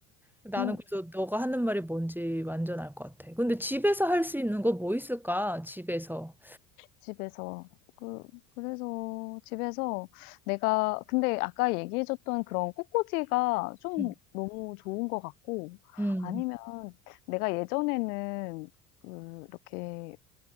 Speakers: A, in the centre; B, on the left (about 60°).
A: 나는
B: 음,
A: 그래서 너가 하는 말이 뭔지 완전 알 것 같아. 근데 집에서 할 수 있는 거 뭐 있을까? 집에서.
B: 집에서. 그, 그래서 집에서 내가, 근데 아까 얘기해줬던 그런 꽃꽂이가 좀
A: 음,
B: 너무 좋은 것 같고,
A: 음.
B: 아니면 내가 예전에는 그, 이렇게